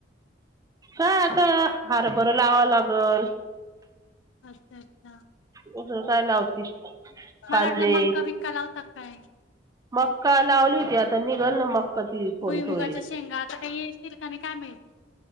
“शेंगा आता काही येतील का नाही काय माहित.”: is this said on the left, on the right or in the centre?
Left